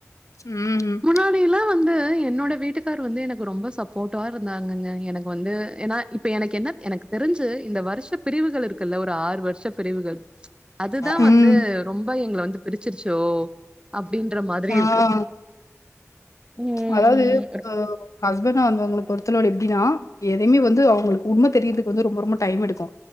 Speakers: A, on the left; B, on the right.
A: ம்
B: முன்னாடில்லா வந்து என்னோட வீட்டுக்கார் வந்து எனக்கு ரொம்ப சப் போட்டாவா இருந்தாங்கன்னு எனக் இப்ப வந்து ஏன்னா இப்ப எனக்கு என்ன எனக்கு தெரிஞ்சு இந்த வருஷ பிரிவுகள் இருக்குல்ல ஒரு ஆறு வருஷ பிரிவுகள் அதுதா
A: ம்
B: வந்து ரொம்ப எங்கள வந்து பிரிச்சிருச்சோ அப்டின்ற மாதிரி
A: ஆ
B: இருக்கு ம்
A: அதாவது அ ஹஸ்பண்ட் அவங் அவங்கள பொருத்தளவுல எப் டினா எதுமே வந்து அவங்களுக்கு உண்ம தெரியிறதுக்கு வந்து ரொம்ப ரொம்ப டைம் எடுக்கு